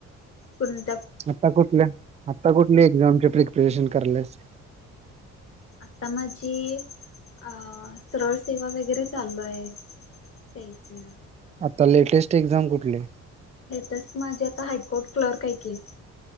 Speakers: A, on the left (about 45°); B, on the right (about 25°).
A: कोण-
B: आत्ता कुठल? आत्ता कुठल्या एक्झामची प्रिपरेशन करालियास?
A: आत्ता माझी अ सरळ सेवा वगैरे चालू आहे. तेच न.
B: आत्ता लेटेस्ट एक्झाम कुठली ए?
A: लेटेस्ट माझी आता हायकोर्ट क्लर्क आहे की.